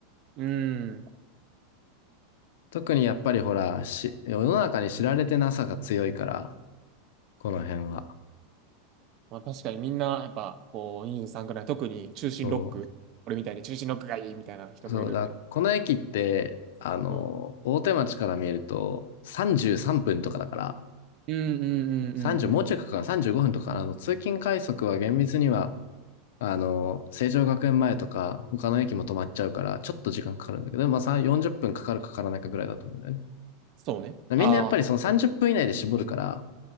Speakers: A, on the right; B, on the left.
A: うん。
B: 特にやっぱりほら、し、世の中に知られてなさが強いから、この辺は。
A: まあ確かにみんな、やっぱ、こう、23くらい、特に中心ロック、
B: そ
A: 俺みたいに中心ロックがいいみたいな人もいるんで、
B: う。そうだ、この駅って、あの、
A: うん。
B: 大手町から見えると33分とかだから、
A: うんうんうんうんうんうん。
B: 30、もうちょいかかる35分とか、あの、通勤快速は厳密には、あの、成城学園前とか、他の駅も止まっちゃうから、ちょっと時間かかるんだけど、まあ3、40分かかるかからないかぐらいだと思うんだよね。
A: そうね。
B: みんなやっぱりその30分以内で絞るから、
A: ああ。